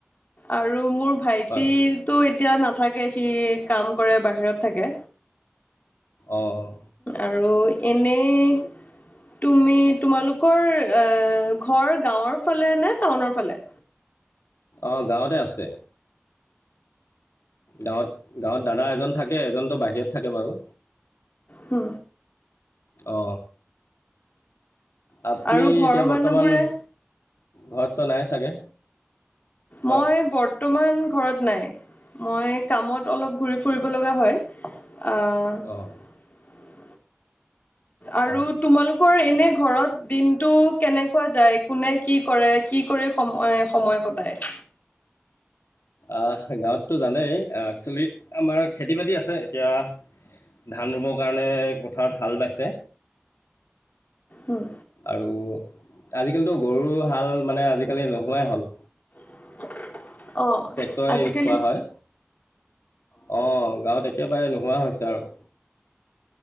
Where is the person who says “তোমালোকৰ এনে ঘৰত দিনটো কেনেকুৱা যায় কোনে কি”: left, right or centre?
Left